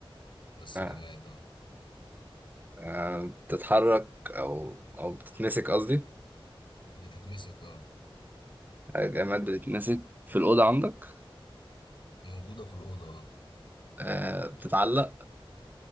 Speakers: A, on the left; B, on the right.
A: بس
B: آه.
A: جماد اه
B: آه، بتتحرك أو أو بتتمسك قصدي
A: بتتمسك اه
B: آه، جماد بتتمسك في الأوضة عندك
A: موجودة في الأوضة آه.
B: آه. بتتعلق